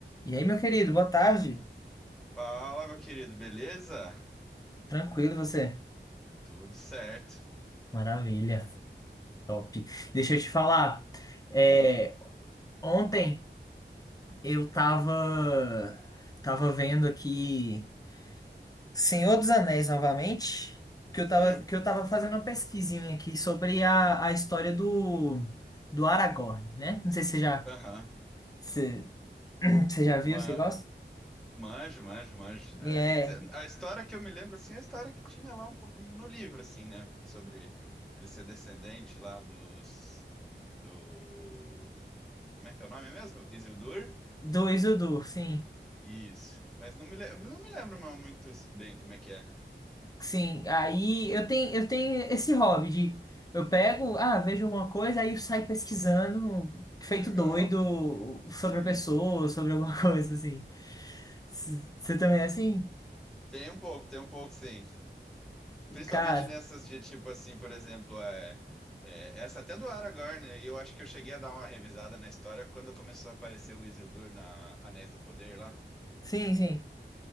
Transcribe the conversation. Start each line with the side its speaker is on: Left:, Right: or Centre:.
Left: E aí, meu querido, boa tarde.
Centre: Fala, meu querido, beleza?
Left: Tranquilo você?
Centre: Tudo certo.
Left: Maravilha, top. Deixa eu te falar. é,
Centre: Hum,
Left: ontem eu tava tava vendo aqui Senhor dos Anéis novamente, que eu tava
Centre: hum,
Left: que eu tava fazendo uma pesquisinha aqui sobre a, a história do do Aragorn, né? Não sei se você já
Centre: aham.
Left: se, <clears throat> você já viu,
Centre: Ma-
Left: você gosta?
Centre: Manjo, manjo, manjo.
Left: E
Centre: É,
Left: é
Centre: te- a história que eu me lembro, assim, é a história que tinha lá um pouco no livro, assim, né? Sobre ele ser descendente lá dos... Do... Como é que é o nome mesmo? Isildur?
Left: do Isildur, sim.
Centre: Isso. Mas não me, le- não me lembro mais muito bem como é que é.
Left: Sim, aí eu tenho, eu tenho esse hobby de eu pego, ah, vejo alguma coisa, aí eu saio pesquisando, feito
Centre: Legal.
Left: doido, sobre
Centre: Sim.
Left: a pessoa, sobre alguma <laughs> coisa assim. S- Você também é assim?
Centre: Tem um pouco, tem um pouco, sim. Principalmente
Left: Cara,
Centre: nessas de tipo assim, por exemplo, é, é, essa até do Aragorn, né? e eu acho que eu cheguei a dar uma revisada na história quando começou a aparecer o Isildur na Anéis do Poder lá.
Left: sim, sim.